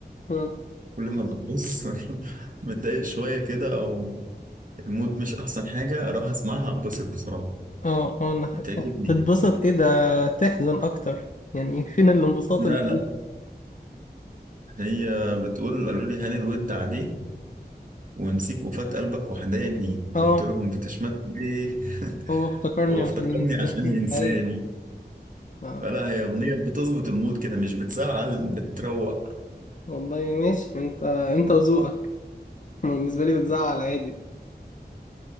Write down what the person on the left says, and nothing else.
مم.
اه اه انا
تتبسط ايه ده تحزن اكتر يعني ايه؟ فين الانبساط
اللي
فيه
اه
هو افتكرني
عشان
ينسى
<laughs>
اي اه
والله ماشي انت انت وذوقك بالنسبه لي بتزعل عادي